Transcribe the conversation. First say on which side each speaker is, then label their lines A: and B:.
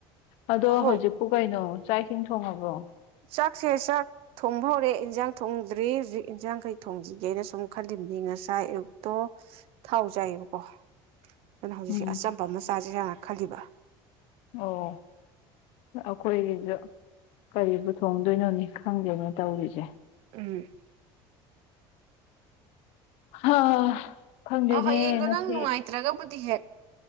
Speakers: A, on the left; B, on the right.
A: ꯑꯗꯣ
B: ꯍꯣ
A: ꯍꯧꯖꯤꯛꯄꯨ ꯀꯩꯅꯣ ꯆꯥꯏ ꯏꯊꯁꯤꯡ ꯊꯣꯡꯉꯕ꯭ꯔꯣ
B: ꯆꯥꯛꯁꯦ ꯆꯥꯛ ꯊꯣꯡꯕ ꯍꯧꯔꯦ ꯏꯟꯁꯥꯡ ꯊꯣꯡꯗ꯭ꯔꯤ ꯍꯧꯖꯤꯛ ꯏꯟꯖꯥꯡꯈꯩ ꯊꯣꯡꯁꯤꯒꯦꯅ ꯁꯨꯝ ꯈꯜꯂꯤꯕꯅꯤ ꯉꯁꯥꯏ ꯑꯌꯨꯛꯇꯣ ꯊꯥꯎ ꯆꯥꯏꯑꯕꯀꯣ ꯑꯗꯨꯅ ꯍꯧꯖꯤꯛꯁꯦ
A: ꯎꯝ
B: ꯑꯆꯝꯕ ꯃꯆꯥꯁꯤꯦ ꯌꯥꯝ ꯈꯜꯂꯤꯕ
A: ꯑꯣ ꯑꯩꯈꯣꯏꯒꯤꯁꯨ ꯀꯔꯤꯕꯨ ꯊꯣꯡꯗꯣꯏꯅꯣꯅꯤ ꯈꯪꯒꯦꯅ ꯇꯧꯔꯤꯁꯦ
B: ꯎꯝ
A: ꯍꯥ ꯈꯪꯗꯦꯅꯦ
B: ꯑ ꯍꯣꯏ ꯌꯦꯡꯣ
A: ꯉꯁꯤ
B: ꯅꯪ ꯅꯨꯅꯨꯡꯋꯥꯥꯏꯇ꯭ꯔꯒꯕꯨꯗꯤ ꯍꯦ